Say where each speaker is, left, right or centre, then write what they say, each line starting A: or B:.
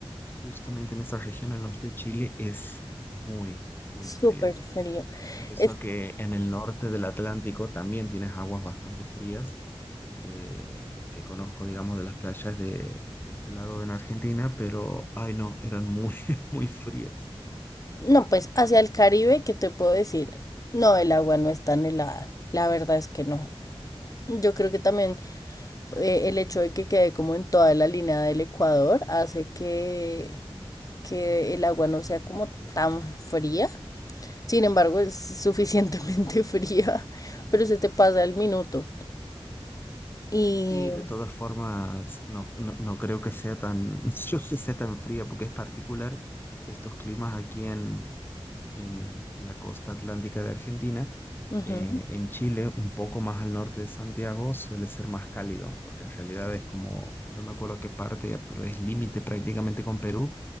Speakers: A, on the left; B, on the left.
A: justamente en esta región al norte de Chile, es muy, muy
B: Súper
A: fría.
B: frío.
A: Y eso
B: Es-
A: que en el norte del Atlántico también tienes aguas bastante frías, eh, que conozco, digamos, de las playas de, de este lado en Argentina, pero, ay no, eran muy, <laughs> muy frías.
B: no, pues hacia el Caribe, ¿qué te puedo decir? No, el agua no es tan helada. La verdad es que no. Yo creo que también eh, el hecho de que quede como en toda la línea del Ecuador hace que, que el agua no sea como tan fría. Sin embargo, es <laughs> suficientemente fría, pero se te pasa el minuto. Y...
A: Sí, de todas formas, no, no, no creo que sea tan, <laughs> yo que sea tan fría, porque es particular estos climas aquí en, en, en la costa atlántica de Argentina.
B: ujú,
A: Eh, en Chile, un poco más al norte de Santiago, suele ser más cálido, porque en realidad es como, no me acuerdo qué parte, pero es límite prácticamente con Perú.